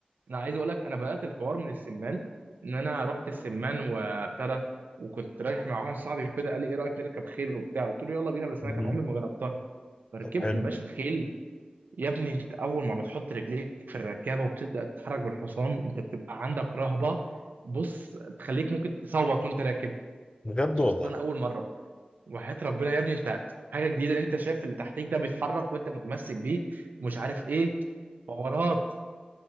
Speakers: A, on the right; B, on the left.
A: انا عايز اقول لك انا بدات الحوار من السمان ان انا رحت السمان وابتدى وكنت رايح مع واحد صاحبي وكده قال لي ايه رايك نركب خيل وبتاع قلت له يلا بينا بس
B: مم.
A: انا كان عمري ما جربتها فركبت
B: طب حلو
A: يا باشا الخيل يا ابني انت اول ما بتحط رجليك في الركابه وبتبدا تتحرك بالحصان انت بتبقى عندك رهبه بص تخليك ممكن تصوت وانت راكب
B: بجد
A: خاصه
B: والله
A: اول مره وحياه ربنا يا ابني انت حاجه جديده ان انت شايف اللي تحتيك ده بيتحرك وانت متمسك بيه ومش عارف ايه حوارات